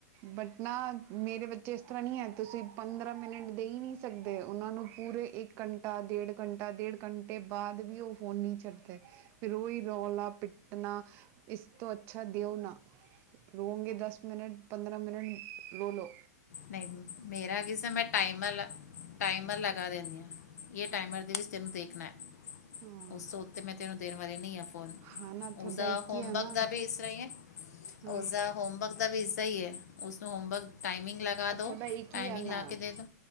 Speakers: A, on the right; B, on the left.
A: ਬਟ ਨਾ, ਮੇਰੇ ਬ <unintelligible> ਏਸ ਤਰਾਂ ਨੀ ਐ, ਤੁਸੀ ਪੰਦਰਾਂ ਮਿੰਨਟ ਦੇ ਈ ਨੀ ਸਕਦੇ, ਓਨਾਂ ਨੂੰ ਪੂਰੇ ਏਕ ਘੰ ਘੰਟਾ, ‌ ਡੇਢ-ਘੰਟਾ‌ ਡੇਢ-ਘੰਟੇ ਬਾਦ ਵੀ ਓ ਫੋਨ ਨੀ ਚੱਕਦੇ। ਫਿਰ ਓਈ ਰੋਲਾ ਪਿੱਟਨਾ ਏਸ ਤੋ ਅੱਛਾ ਦੇਓ ਨਾ। ਰੋਂਗੇ ਦਸ ਮਿੰਟ, ਪੰਦਰਾਂ ਮਿੰਟ ਰੋਲੋ।
B: ਨਈ ਮੇਰਾ ਕਿਸਤਾ ਮੈਂ ਟਾਈਮ ਆਲਾ ਟਾਈਮਰ ਲਗਾ ਦੇਨੀ ਆ ਯੇ ਟਾਈਮਰ ਦੇ ਵਿੱਚ ਤੈਨੂੰ ਦੇਖਨੈ,
A: ਹਾਂ
B: ਉਸ ਤੋ ਉੱਤੇ ਮੈਂ ਤੈਨੂੰ ਦੇਨ ਵਾਲੇ ਨੀ ਆ ਫੋਨ।
A: ਹਾਂ ਨਾ ਤੁਹਾਡਾ
B: ਉਸਦਾ
A: ਇੱਕ
B: ਹੋਮਬਕ
A: ਹੀ ਆ ਨਾ
B: ਦਾ ਵੀ ਇਸਤਰਾਂ ਈਏ,
A: ਹਾਂ
B: ਉਸਦਾ ਹੋਮਬਕ ਦਾ ਵੀ ਇਸਤਾ ਈ ਏ ਉਸਨੂੰ ਹੋਮਵਕ ਟਾਈਮਿੰਗ ਲਗਾ
A: ਪਰ
B: ਦੋ,
A: ਤੁਹਾਡਾ ਇੱਕ
B: ਟਾਈਮਿੰਗ
A: ਹੀ ਆ ਨਾ
B: ਲਾਕੇ ਦੇਦੋ